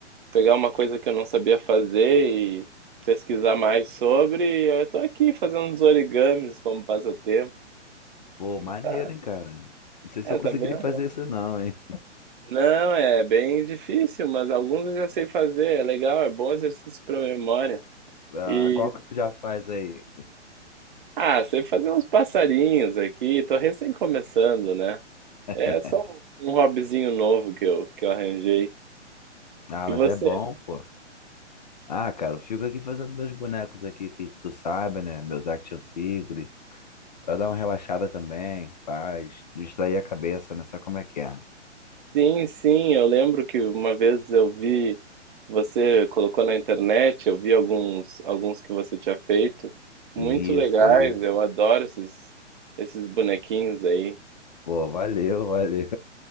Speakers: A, on the right (about 45°); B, on the left (about 40°).
A: pegar uma coisa que eu não sabia fazer e pesquisar mais sobre. E eu tô aqui fazendo uns origamis como passatempo.
B: pô, maneiro,
A: Tá,
B: hein, cara? Não sei se
A: é,
B: eu
A: tá
B: conseguiria
A: bem legal.
B: fazer isso não, hein?
A: Não, é bem difícil, mas alguns eu já sei fazer. É legal, é bom exercício para memória.
B: Ah,
A: E,
B: qual que tu já faz aí?
A: ah, sei fazer uns passarinhos aqui. Tô recém começando, né?
B: <laughs>
A: É só um um hobbyzinho novo que eu, que eu arranjei.
B: Ah,
A: E
B: mas
A: você?
B: é bom, pô. Ah, cara, eu fico aqui fazendo meus bonecos aqui, que tu sabe, né? Meus action figure, pra dar uma relaxada também, paz, distrair a cabeça, né? Sabe como é que é?
A: Sim, sim, eu lembro que uma vez eu vi, você colocou na internet, eu vi alguns, alguns que você tinha feito. Muito
B: Isso,
A: legais,
B: isso.
A: eu adoro esses, esses bonequinhos aí.
B: Pô, valeu, valeu.